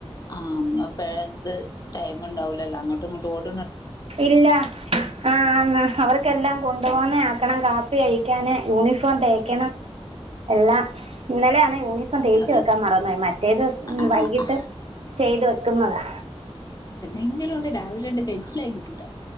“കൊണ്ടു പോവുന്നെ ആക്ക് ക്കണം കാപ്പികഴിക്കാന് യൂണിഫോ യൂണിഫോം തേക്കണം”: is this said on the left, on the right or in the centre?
Right